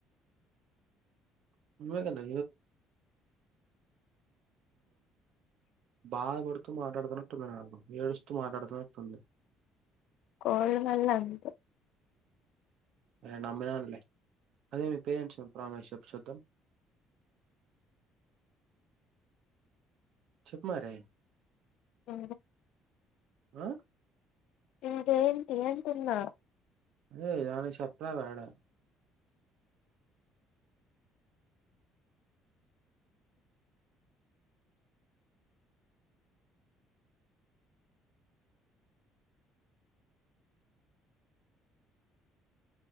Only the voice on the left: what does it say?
కోల్డ్ వాళ్ళ అంతే
ఆ
ఇంకేంటి అంటున్నా